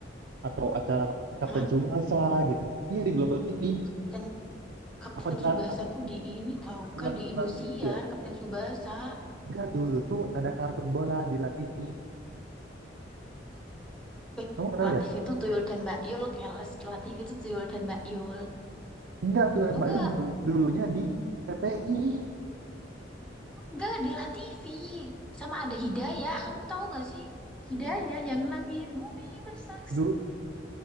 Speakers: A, on the right; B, in the centre.
A: atau acara Captain
B: Hah?
A: Tsubasa gitu. Iya di Global TV.
B: Kapten Kapten
A: Apa di
B: Subasa
A: La- apa-
B: tuh di ini tau
A: La-
B: kah di
A: La
B: Indosiar
A: TV ya?
B: Kapten Subasa
A: Enggak dulu tuh ada kartun bola di La TV.
B: eh
A: Kamu kenal
B: Latif
A: ya?
B: itu Tuyul dan Mbak Yul keles Latif itu Tuyul dan Mbak Yul
A: Enggak tuh
B: tau
A: Mbak
B: nggak
A: Yul dulu, dulunya di TPI.
B: nggak di Latifi sama ada Hidayah kamu tahu nggak sih Hidayah yang langit bumi bersaksi
A: Dulu